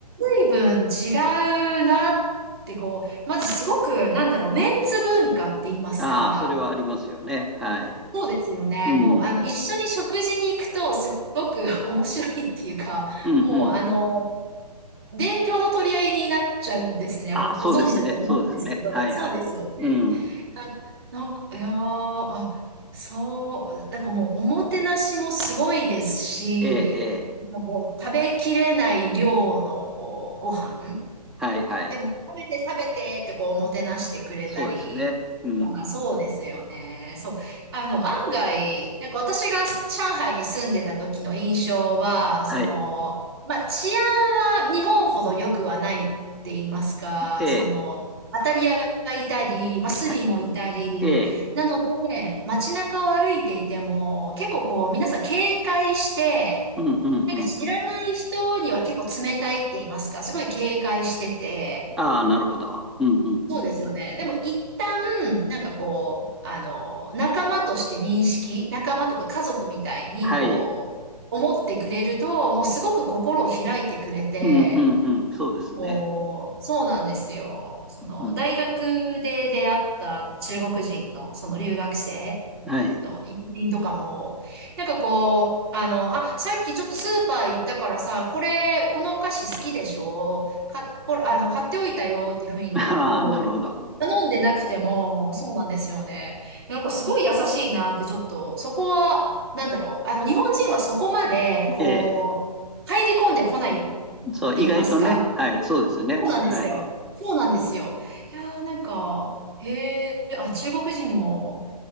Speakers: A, on the right; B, in the centre.
A: 随分違うなってこう、まずすごく、なんだろう、メンツ文化って言いますか。
B: ああ、それはありますよね。はい。
A: そうですよね。
B: うん、
A: もう、あの、一緒に食事に行くと、すごく <laughs> 面白いっていうか、
B: うん、うん。
A: もう、あの、伝票の取り合いになっちゃうんですね。
B: ああ、
A: もう、
B: そうですね、
A: ご存知だと思うんですけど、
B: そうですね。はい、
A: そうですよね。
B: はい。うん、
A: な、なんか、いやー、あ、そう、なんかもう、おもてなしもすごいですし、
B: ええ、ええ、
A: なんかこう、食べきれない量の、こう、ご飯。
B: はい、はい。
A: でも、食べて食べてってこう、おもてなしてくれたり、
B: そうですね。うん、
A: まあ、そうですよね。そう。あの、案外、なんか私が上海に住んでた時の印象は、
B: はい、
A: その、まあ、治安は日本ほど良くはないって言いますか、
B: ええ、
A: その、当たり屋がいたり、まあ、スリもいたり、
B: はい、ええ、
A: なので、街中を歩いていても、結構こう、皆さん警戒して、
B: うん、うん、
A: なんか知らない人には結構冷たいって言いますか、
B: うん、うん。
A: すごい警戒してて、
B: ああ、なるほど。うん、うん、
A: そうですよね。
B: うん。
A: でも一旦、なんかこう、あの、仲間として認識、仲間とか家族みたいにこう、
B: はい、
A: 思ってくれると、もうすごく心を開いてくれて、
B: うん、うん、うん、そうですね。
A: こう、そうなんですよ。その、
B: うん、
A: 大学で出会った中国人のその留学生
B: はい。
A: の友人とかも、なんかこう、あの、あ、さっきちょっとスーパー行ったからさ、これ、このお菓子好きでしょか、ほら、あの、買っておいたよっていうふうに、
B: <laughs> ああ、
A: こう、
B: なるほど。
A: 頼んでなくても、そうなんですよね。なんかすごい優しいなってちょっと、そこは、なんだろう。あの、日本人はそこまで、こう、
B: ええ、
A: 入り込んでこないって
B: そう、
A: 言いますか。
B: 意外とね、はい、そうですね。
A: そうなんですよ。
B: はい。
A: そうなんですよ。いやーなんか、へえ、あ、中国人も、